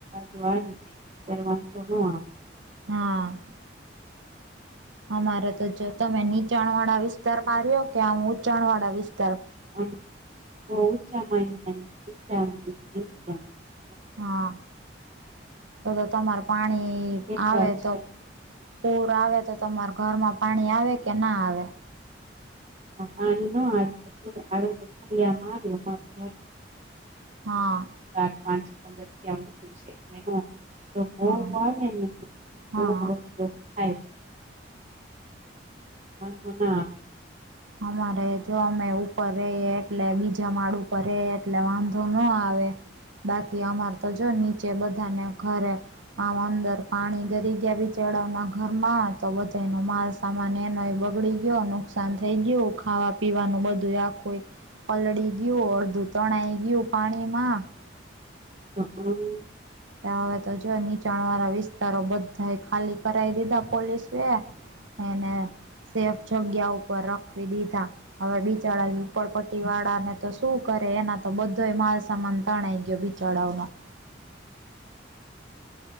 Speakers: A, on the right; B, on the right.
A: જ વાડી છે, અત્યારે વાશો ન આવે.
B: હા. અમારે તો જો તમે નીચાણ વાળા વિસ્તારમાં રહ્યો કે? આમ ઊચાણ વાળા વિસ્તાર
A: બહ જમા <unintelligible>
B: હા, તો તમારે પાણી
A: ખેતર
B: આવે
A: છે
B: તો. પૂર આવે તો, તમાર ઘરમાં પાણી આવે કે ના આવે?
A: પાણી ન આવી શકે આવે તો ફરિયામાં આવે. <unintelligible>
B: હા
A: ચાર પાંચ પગથીયા એટ. <unintelligible> તો બહું
B: હા
A: માને ની તો
B: હા
A: વસ્ થાય. <unintelligible>
B: અમારે જો અમે ઉપર રએ એટલે બીજા માળ ઉપર રેએ એટલે વાંધો નો આવે. બાકી અમાર તો જો નીચે બધાને ઘરે આમ અંદર પાણી ગરી ગયા બીચડાવના ઘરમાં તો બધાનો માલ સામાન એનોય બગડી ગયો નુકસાન થઈ ગયું ખાવા પીવાનું બધું આખુંય પલળી ગયું અડધું તણાઈ ગયું પાણી માં.
A: હમ્મ હ.
B: હવે તો જો નીચાણવાળા વિસ્તારો બધા ખાલી કરાઇ દીધા પોલીસએ.
A: <inaudible>
B: એને સેફ જગ્યા ઉપર રખવી દીધા. હવે બિચાડા ઝૂપડપટ્ટી વાળાને તો શું કરે એના તો બધો માલસામાન તણાઈ ગયો બિચડાવઓનો.